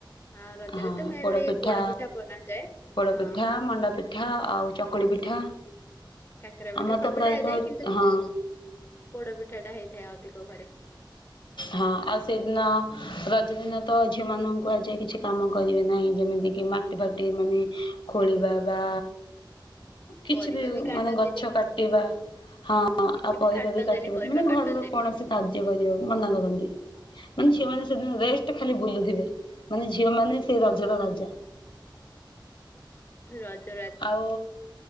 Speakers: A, on the left; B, on the left.
A: ଆ ରଜରେ
B: ହଁ
A: ତ ମେନଲି
B: ପୋଡପିଠା
A: ପୋଡ ପିଠା ବନାଯାଏ
B: ପୋଡପିଠା
A: ହଁ
B: ମଣ୍ଡା ପିଠା ଆଉ ଚକୁଳି ପିଠା
A: କାକରା ପିଠା
B: ଆମର
A: ସବୁଟା
B: ତ ପ୍ରାୟତଃ
A: ହେଇଥାଏ କିନ୍ତୁ
B: ହଁ
A: ପୋଡ ପିଠା ଟା ହେଇଥାଏ ଅଧିକ ଘରେ
B: ହଁ ଆଉ ସେଇଦିନ ରଜ ଦିନ ତ ଝିଅ ମାନଙ୍କୁ ଆହାଯାଏ କିଛି କାମ କରିବେ ନାହିଁ ଯେମିତି କି ମାଟି ଫାଟି ମାନେ ଖୋଳିବା ବା କିଛି
A: ପରିବା
B: ବି
A: କାଟନ୍ତିନି
B: ମାନେ ଗଛ କାଟିବା ହଁ
A: କିଛି
B: ଆଉ ପରିବା
A: କାଟନ୍ତିନି
B: ବି କାଟିବା
A: ପରିବା
B: ମାନେ ଘରର
A: କାଟନ୍ତିନି
B: କୌଣସି କାର୍ଯ୍ୟ କରିବାକୁ ମନା କରନ୍ତି ମାନେ
A: ହୁଁ
B: ଝିଅ ମାନ ସେଦିନ ରେଷ୍ଟ ଖାଲି ବୁଲୁଥିବେ ମାନେ ଝିଅ ମାନେ ସେ ରାଜର ରାଜା
A: ରଜ ରାଜ
B: ଆଉ